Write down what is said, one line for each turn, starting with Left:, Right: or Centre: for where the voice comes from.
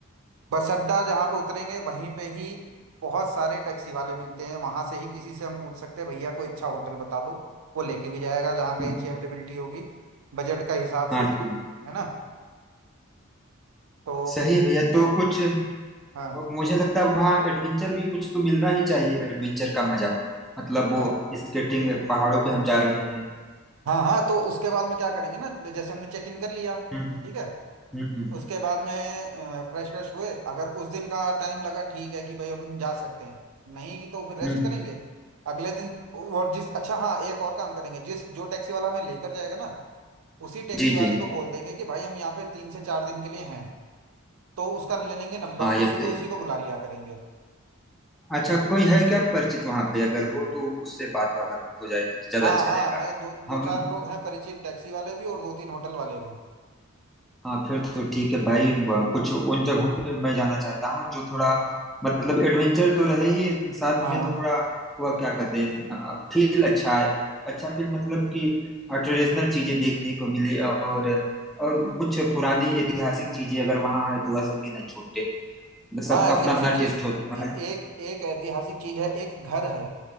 Right: बस अड्डा जहाँ पे उतरेंगे वहीं पे ही बहुत सारे टैक्सी वाले मिलते हैं वहां से ही किसी से हम पूछ सकते हैं भैया कोई अच्छा होटल बता दो वो लेके भी जाएगा जहाँ की
Centre: हम्म,
Right: अच्छी अवेलेबिलिटी होगी बजट का हिसाब
Centre: हाँ
Right: से
Centre: जी
Right: है ना तो
Centre: सही है भैया तो कुछ
Right: हाँ
Centre: मुझे लगता है वहाँ एडवेंचर भी कुछ तो मिलना ही चाहिए एडवेंचर का मजा मतलब वो
Right: हाँ
Centre: स्केटिंग पहाड़ों पे हम जा रहे हैं
Right: हाँ हाँ तो उसके बाद में क्या करेंगे ना जैसे हमने चेक इन कर लिया
Centre: हम्म
Right: ठीक है
Centre: हम्म हम्म
Right: उसके बाद में फ्रेश फ्रेश हुए अगर उस दिन का टाइम लगा ठीक है कि भाई अपन जा सकते हैं नहीं तो फिर रेस्ट
Centre: हम्म।
Right: करेंगे अगले दिन और जिस अच्छा हाँ एक और काम करेंगे जिस जो टैक्सी वाला हमें लेकर जाएगा ना उसी टैक्सी
Centre: जी
Right: वाले
Centre: जी
Right: को बोल देंगे कि भाई हम यहाँ पे तीन से चार दिन के लिए हैं तो उसका ले लेंगे नंबर
Centre: हाँ
Right: तो
Centre: यस
Right: सुबह
Centre: सही
Right: उसी को बुला लिया करेंगे
Centre: अच्छा कोई है क्या परिचित वहाँ पे अगर हो तो उससे बात बात हो जाए तो ज्यादा
Right: हाँ
Centre: अच्छा
Right: हाँ
Centre: रहेगा
Right: है दो दो
Centre: हम
Right: चार लोग हैं परिचित टैक्सी वाले भी और दो तीन होटल वाले भी
Centre: हाँ फिर तो ठीक है भाई ब- कुछ उन जगहों पे मैं जाना चाहता हूँ जो थोड़ा
Right: हाँ
Centre: मतलब
Right: हाँ
Centre: एडवेंचर तो रहे ही साथ
Right: हाँ
Centre: में
Right: हाँ।
Centre: थोड़ा वह क्या कहते हैं फील अच्छा है अच्छा फील मतलब कि ट्रेडिशनल चीजें देखने को मिले और और कुछ पुरानी ऐतिहासिक चीजें अगर वहाँ है तो वह सब भी ना छूटे सबका
Right: हाँ ऐतिहासिक
Centre: अपना अपना
Right: चीज
Centre: टेस्ट होता
Right: ए, एक
Centre: है
Right: एक ऐतिहासिक चीज है एक घर है